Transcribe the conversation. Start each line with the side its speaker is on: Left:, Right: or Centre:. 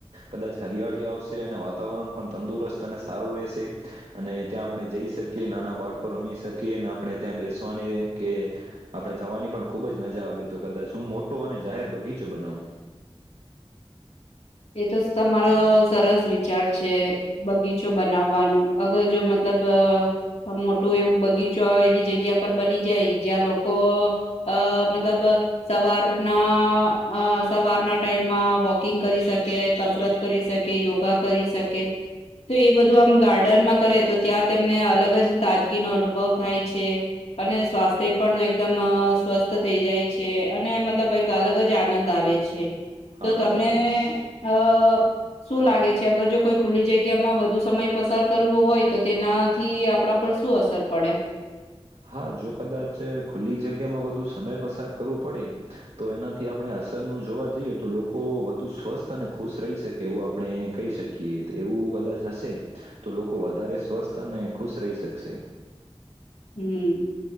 Right: કદાચ હરિયાળી આવશે અને વાતાવરણ પણ તંદુરસ્ત તને સારો રહેશે અને ત્યાં આપણે જઈ શકીએ નાના બાળકો રમી શકીએ કે ના આપણે ત્યા બેસવાની કે આપડણે જવાની પણ ખુબ જ મજા આવી કદાચ હું મોટો અને બગીચો બનાવું
Left: એ તો જ તમારો સરસ વિચાર છે બગીચો બનાવવાનું અગર જો મતલબ મોટું એવું બગીચો એવી જગ્યા પર બની જાય જ્યાં લોકો અ મતલબ સવારના સવારના ટાઈમમાં વોકિંગ <inaudible> કસરત કરી શકે યોગા કરી શકે તો એ બધું આમ ગાર્ડનમાં કરે તો ત્યાં તેમને અલગ જ તાજગી નો અનુભવ થાય છે અને સ્વાસ્થ્ય પણ એકદમ સ્વસ્થ થઈ જાય છે અને મતલબ એક અલગ જ આનંદ આવે છે છે
Right: હા
Left: તો તમને
Right: ચોક્કસ
Left: અ શું લાગે છે અગર જો કોઈ ખુલ્લી જગ્યામાં વધુ સમય પસાર કરવો હોય તો તેનાથી આપડા પણ શું અસર પડે
Right: હા જો કદાચ ખુલ્લી જગ્યામાં વધુ સમય પસાર કરવું પડે તો એનાથી આપણે અસરનું જોવા જઈએ તો લોકો વધુ સ્વસ્થ અને ખુશ રહી શકે એવું આપણે કહી શકીએ એ તેવું કદાચ હશે તો લોકો વધારે સ્વસ્થ અને ખુશ રહી શકશે.
Left: હમ